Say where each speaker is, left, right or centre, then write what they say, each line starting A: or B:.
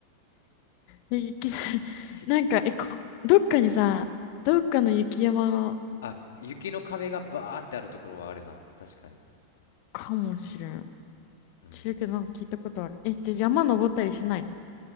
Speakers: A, on the left (about 45°); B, on the left (about 60°).
A: で雪 <laughs>
B: ひ
A: なんか、え、こ、どっかにさ、どっかの雪山
B: あ雪の壁がバーってあるところはあるな確かに
A: かもしれん。
B: うん
A: 知るけど、なんか聞いたことある。え、じゃあ山登ったりしないの